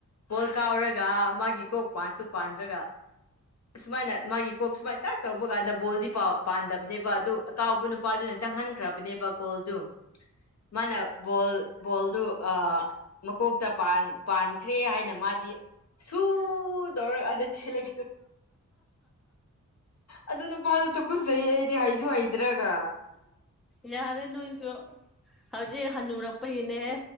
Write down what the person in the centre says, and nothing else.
ꯌꯥꯔꯦ ꯅꯁꯨ ꯍꯧꯖꯤ ꯍꯅꯨꯔꯄꯩꯅꯦ